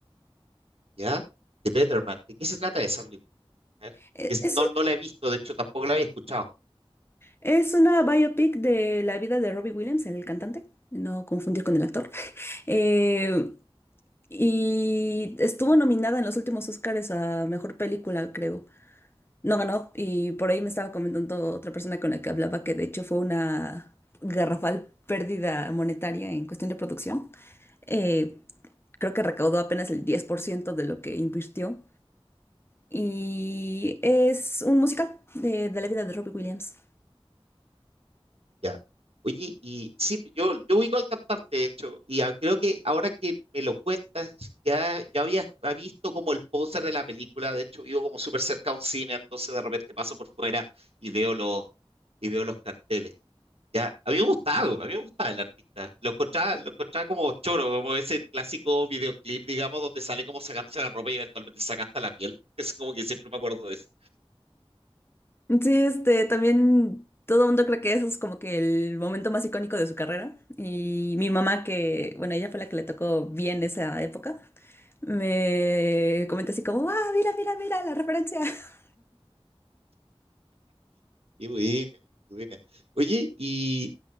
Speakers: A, on the right (about 75°); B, on the left (about 25°).
A: ¿ya? The Better Man. ¿De qué se trata esa película? A ver,
B: Eh,
A: es-
B: Es
A: no,
B: una,
A: no la he visto, de hecho tampoco la había escuchado,
B: es una biopic de la vida de Robbie Williams, el cantante, no confundir con el actor. <laughs> Eh, y estuvo nominada en los últimos Oscars a mejor película, creo. No ganó, y por ahí me estaba comentando otra persona con la que hablaba que de hecho fue una garrafal pérdida monetaria en cuestión de producción. Eh, creo que recaudó apenas el 10% de lo que invirtió. Y es un musical de, de la vida de Robbie Williams.
A: ¿ya? Oye, y sí, yo, yo ubico al cantante, de hecho, y a- creo que ahora que me lo cuentas, ya, ya había había visto como el póster de la película, de hecho vivo como súper cerca a un cine, entonces de repente paso por fuera y veo los, y veo los carteles. Ya, a mí me gustaba, a mí me gustaba el artista. Lo encontraba, lo encontraba como choro, como ese clásico videoclip, digamos, donde sale como sacándose la ropa y eventualmente se saca hasta la piel. <laughs> Es como que siempre me acuerdo de eso.
B: Sí, este, también todo el mundo cree que eso es como que el momento más icónico de su carrera. Y mi mamá, que, bueno, ella fue la que le tocó bien esa época, me comentó así como, ah, mira, mira, mira la referencia. <laughs>
A: Y buena, qué buena. Oye, y